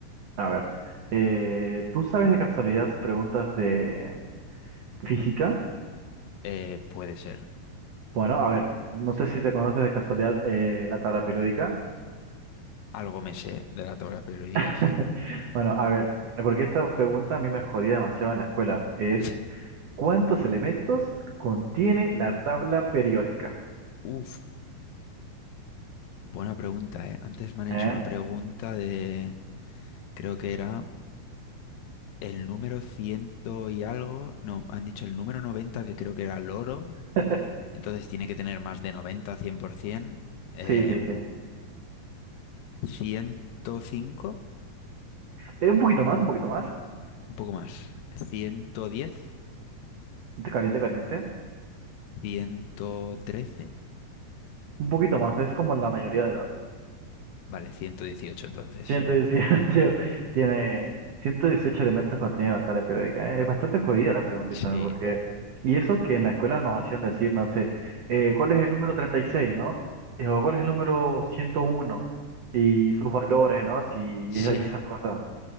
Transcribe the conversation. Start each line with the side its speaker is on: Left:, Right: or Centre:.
Right: A ver, eh, ¿tú sabes de casualidad preguntas de física?
Left: Eh, puede ser.
Right: Bueno, a ver, no sé si te conoces de casualidad eh, la tabla periódica.
Left: Algo me sé de la tabla periódica,
Right: <laughs>
Left: sí.
Right: Bueno, a ver, porque esta pregunta a mí me jodía demasiado en la escuela. Es,
Left: <laughs>
Right: ¿cuántos elementos contiene la tabla periódica?
Left: Uf, buena pregunta, ¿eh? Antes me han hecho
Right: ¿Eh?
Left: una pregunta de, creo que era el número ciento y algo, no, han dicho el número noventa que creo que era el oro,
Right: <laughs>
Left: entonces tiene que tener más de noventa cien por 100%, em,
Right: Sí, sí, sí.
Left: ciento cinco
Right: Es un poquito más, un poquito más.
Left: un poco más, ciento diez
Right: Caliente, caliente.
Left: ciento trece
Right: Un poquito más, es como la mayoría de edad.
Left: vale, 118 entonces.
Right: ciento dieciocho <laughs> tiene 118 elementos contiene la tabla periódica. ¿eh? Es bastante jodida la preguntita,
Left: Sí,
Right: ¿no? porque... Y eso que en la escuela nos hacían decir, no sé, eh, ¿cuál es el número treinta y seis no? Eh, O ¿cuál es el número 101 Y sus valores, ¿no? Sí,
Left: <laughs>
Right: y, esa- y
Left: sí.
Right: esas cosas.